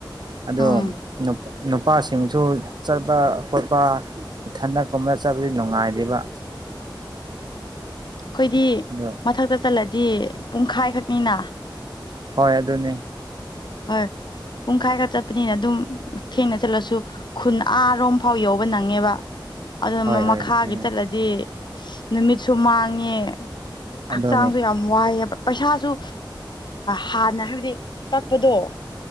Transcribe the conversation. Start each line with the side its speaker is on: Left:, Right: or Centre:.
Right: ꯑꯗꯨ
Left: ꯎꯝ
Right: ꯅꯨꯞ ꯅꯨꯄꯥꯁꯤꯡꯁꯨ ꯆꯠꯄ ꯈꯣꯠꯄ ꯏꯊꯟꯗ ꯀꯨꯝꯕ ꯆꯠꯄꯗꯤ ꯅꯨꯡꯉꯥꯏꯗꯤꯕ
Left: ꯑꯩꯈꯣꯏꯗꯤ
Right: ꯑꯗꯣ
Left: ꯃꯊꯛꯇ ꯆꯠꯂꯗꯤ ꯄꯨꯡꯈꯥꯏꯈꯛꯅꯤꯅ
Right: ꯍꯣꯏ ꯑꯗꯨꯅꯦ
Left: ꯍꯣꯏ ꯄꯨꯡꯈꯥꯏ ꯈ ꯆꯠꯄꯅꯤꯅ ꯑꯗꯨꯝ ꯊꯦꯡꯅ ꯆꯠꯂꯁꯨ ꯈꯨꯟ ꯑꯔꯣꯝ ꯐꯥꯎ ꯌꯧꯕ ꯅꯪꯉꯦꯕ ꯑꯗꯨꯅ
Right: ꯍꯣꯏ ꯍꯣꯏ
Left: ꯃꯈꯥꯒꯤ
Right: ꯑꯗꯨꯅꯤ
Left: ꯆꯠꯂꯗꯤ ꯅꯨꯃꯤꯠꯁꯨ ꯃꯥꯡꯉꯦ
Right: ꯑꯗꯨꯅꯤ
Left: ꯍꯛꯆꯥꯡꯁꯨ ꯌꯥꯝ ꯋꯥꯏꯑꯕ ꯄꯩꯁꯥꯁꯨ ꯍꯥꯟꯅ ꯍꯥꯏꯕꯗꯤ ꯆꯠꯄꯗꯣ